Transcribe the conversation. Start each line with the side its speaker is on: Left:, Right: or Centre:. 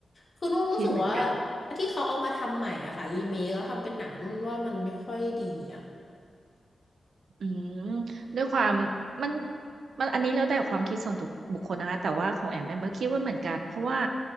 Left: คือนุ่นรู้สึกว่า
Right: คิดเหมือนกัน
Left: ที่เขาเอามาทำใหม่อ่ะค่ะรีเมคแล้วทำเป็นหนังนุ่นว่ามันไม่ค่อยดีอ่ะ
Right: อืมด้วยความมันมันอันนี้แล้วแต่ความคิดส่วนตัวบุคคลนะคะแต่ว่าของแอมแอมก็คิดว่าเหมือนกันเพราะว่า